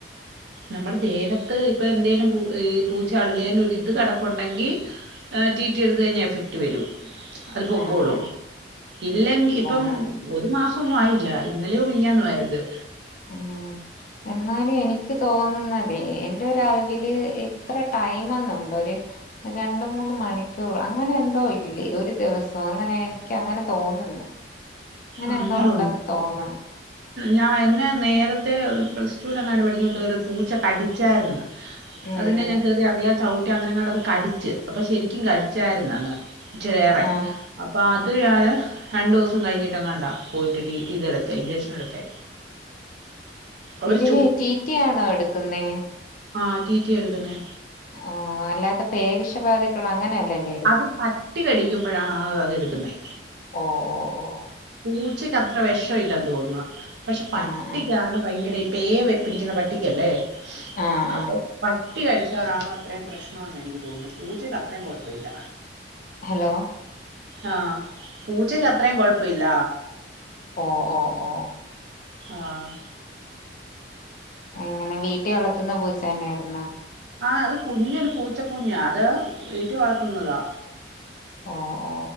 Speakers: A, on the right (about 70°); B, on the left (about 45°).
A: നമ്മുടെ ദേഹത്ത് ഇപ്പൊ എന്തേലും പ പൂച്ച അള്ളിയൽ ഒരുരിത് കടപ്പുണ്ടെങ്കിൽ ട്ടീ ട്ടി എടുത്ത് കഴിഞ്ഞാല് എഫക്ട് വരും അത് പൊക്കോളും
B: ആഹ് ആഹ്
A: ഇല്ലങ്കി ഇപ്പം
B: ഓ
A: ഒരു മാസെന്നും ആയില്ല ഇന്നലെയോ മിഞ്ഞാന്നെ ആയിരുന്നു.
B: ഉം എന്നാലും എനിക്ക് എനിക്ക് തോന്നുന്നതെ എന്റെ ഒരു അറിവില് എത്ര ടൈമന്നുണ്ട് ഒര് രണ്ട് മൂന്ന് മണിക്കൂർ അങ്ങനെ എന്തോ ഇല്ലേ ഒരു ദിവസം അങ്ങനെഎന്തോ എനിക്ക് അങ്ങനെ തോന്നുന്നു. അങ്ങനെ
A: അങ്ങനുണ്ട്.
B: എന്തോ ഉണ്ടെന്ന് തോന്നണ്
A: ഞാൻ എന്നെ നേരത്തെ പ്ലസ്റ്റുലങ്ങാണ്ട് പഠിക്കുമ്പോത്തെരു പൂച്ച കടിച്ചായിരുന്നു.
B: ഉം
A: അതിനെ
B: ഉം
A: ഞാൻ കേറി അറിയാതെ ചവിട്ടി അങ്ങനെങ്ങാണ്ട് അത് കടിച്ച് അപ്പൊ ശരിക്കും കടിച്ചായിരുന്നു അങ്ങ്. <unintelligible> റെ
B: ആഹ്
A: അപ്പൊ അത് ഞാന് രണ്ടുസം കഴിഞ്ഞിട്ട് ട്ടങ്ങാണ്ടാ പോയിട്ട് ട്ടീ ട്ടി എടുത്തെ ഇഞ്ചക്ഷൻ എടുത്തെ. അവര്
B: ഇതിന് ട്ടി ട്ടി ആണോ എടുക്കുന്നേ?
A: ആഹ് റ്റി റ്റി എടുക്കുന്നേ
B: ആ അല്ലാത്ത പേവിഷ ബാധയ്ക്കുള്ള അങ്ങനെല്ലല്ലേ
A: അത് പട്ടി കടിക്കുമ്പഴാണ് ആ അത് എടുക്കുന്നേ
B: ഓ ഓ ഓ
A: പൂച്ചക്ക് അത്ര വെഷല്ലാന്ന് തോന്നുന്നു പക്ഷെ പട്ടിക്കാണ്
B: ആഹ് ആഹ്
A: ഭയങ്കര പേ പിടിക്ക്ണ പട്ടിക്കല്ലേ
B: ആഹ്
A: അപ്പൊ
B: ആഹ്
A: പട്ട് പട്ടി കടിച്ചാലാണ് അത്രയും പ്രശ്നമെന്ന് എനിക്ക് തോന്നുന്നെ പൂച്ചക്ക് അത്രയും കൊഴപ്പവില്ല
B: ഹലോ
A: ഹാ പൂച്ചക്ക് അത്രയും കൊഴപ്പവില്ല
B: ഓ ഓ ഓ
A: ആഹ്
B: എങ്ങനെ വീട്ടിൽ വളത്തുന്ന പൂച്ച തന്നെയായിരുന്നോ
A: ആ അത് കുഞ്ഞൊരു പൂച്ച കുഞ്ഞാ അത് വീട്ടി വളർത്തുന്നതാ
B: ഓ ഓ